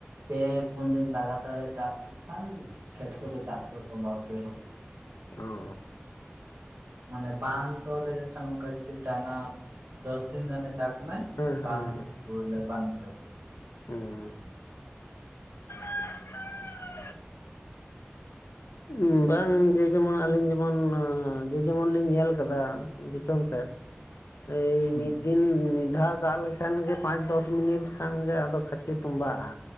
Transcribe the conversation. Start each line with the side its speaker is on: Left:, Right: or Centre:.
Right: ᱯᱮ, ᱯᱩᱱ ᱫᱤᱱ ᱞᱟᱜᱟᱛᱟᱨ ᱮ ᱫᱟᱜ ᱞᱮᱱᱠᱷᱟᱱ ᱠᱷᱮᱛ ᱠᱚᱨᱮ ᱫᱟᱜ ᱠᱚᱭ ᱛᱚᱸᱵᱟ ᱩᱛᱟᱹᱨᱚᱜᱼᱟ᱾
Left: ᱚᱸᱻ
Right: ᱢᱟᱱᱮ ᱵᱟᱱ ᱛᱚᱞᱮᱠᱷᱟᱱ ᱚᱱᱠᱟ ᱡᱩᱫᱤ ᱛᱟᱱᱟ ᱫᱚᱥ ᱫᱤᱱ ᱜᱟᱱᱮ ᱫᱟᱜ ᱢᱟᱭᱼᱼ
Left: ᱦᱮᱸ ᱦᱮᱸ
Right: ᱵᱟᱱ ᱯᱩᱨ ᱞᱮᱠᱷᱟᱱ ᱛᱚᱼᱼ
Left: ᱩᱸ <unintelligible> ᱩᱸ ᱵᱟᱝ ᱜᱮ ᱡᱮᱢᱚᱱ ᱟᱹᱞᱤᱧ ᱡᱮᱢᱚᱱ ᱡᱮ ᱡᱮᱢᱚᱱ ᱞᱤᱧ ᱧᱮᱞ ᱟᱠᱟᱫᱟ ᱫᱤᱥᱚᱢ ᱥᱮᱫ ᱮᱭ
Right: ᱦᱮᱸ
Left: ᱢᱤᱫ ᱫ ᱫᱤᱱ ᱢᱤᱫ ᱫᱷᱟᱣ ᱫᱟᱜ ᱞᱮᱠᱷᱟᱱ ᱜᱮ ᱯᱟᱸᱪ ᱫᱚᱥ ᱢᱤᱱᱤᱴ ᱠᱷᱟᱱ ᱜᱮ ᱟᱫᱚ ᱠᱷᱟᱪᱮ ᱛᱩᱸᱢᱵᱟᱜᱼᱟ᱾